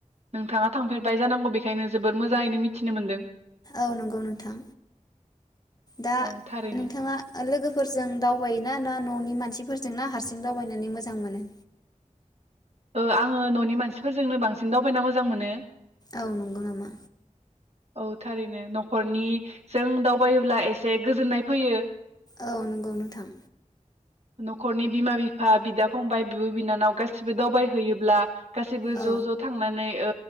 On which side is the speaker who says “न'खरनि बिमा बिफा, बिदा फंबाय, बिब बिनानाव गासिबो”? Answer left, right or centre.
Right